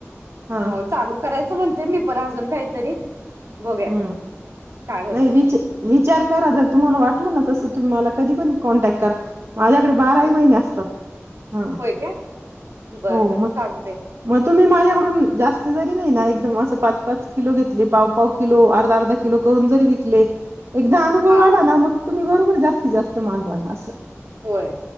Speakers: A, on the right; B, on the right.
A: हा
B: हो चालू करायचं म्हण ते मी पण अजून काहीतरी बघूया
A: हम्म
B: काय होते
A: नाही विच विचार करा जर तुम्हाला वाटलं ना तस तुम्ही मला कधी पण कॉन्टॅक्ट करा माझ्याकडे बाराही
B: होय
A: महिने
B: काय
A: असतात हा
B: होय काय बरं
A: हो
B: बरं
A: मग
B: चालतंय
A: मग तुम्ही माझ्याकडून जास्त जरी नाही ना एकदम असं पाच पाच किलो घेतले पाव पाव किलो अर्धा अर्धा किलो करून जरी विकले एकदा अनुभव
B: हा
A: आला ना मग तुम्ही बरोबर पुढे जास्तीत जास्त मागवा असं.
B: होय